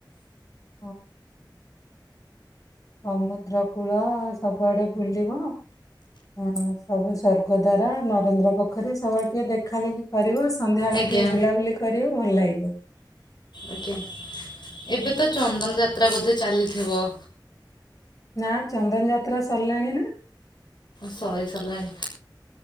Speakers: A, on the left; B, on the left.
A: <inaudible> ସମୁଦ୍ର କୂଳ ସବୁଆଡେ ବୁଲିବ ହଁ ସବୁ ସ୍ବର୍ଗ ଦ୍ୱାର, ନରେନ୍ଦ୍ର ପୋଖରୀ ସବୁଆଡେ ଟିକେ ଦେଖା ଦେଖି କରିବ ସନ୍ଧ୍ୟାବେଳେ
B: ଆଜ୍ଞା
A: ଟିକେ ବୁଲାବୁଲି କରିବ ଭଲ ଲାଗିବ।
B: ଆଜ୍ଞା ଏବେ ତ ଚନ୍ଦନ ଯାତ୍ରା ବୋଧେ ଚାଲିଥିବ।
A: ନା ଚନ୍ଦନ ଯାତ୍ରା ସରିଲାଣି ନା।
B: ସରି ସରିଲାଣି।